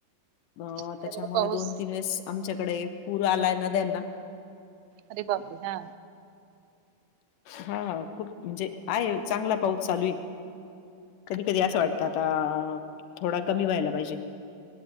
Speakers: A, on the left; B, on the right.
A: अ
B: तुमच्याकडे
A: त्याच्यामुळे
B: पाऊस
A: दोन तीन वेळेस आमच्याकडे पूर आलाय नद्यांना
B: अरे बापरे. हा
A: हा खूप म्हणजे आहे चांगला पाऊस चालू आहे. कधी कधी अस
B: नाही
A: वाटतं आता
B: आम
A: थोडा कमी व्हायला पाहिजे?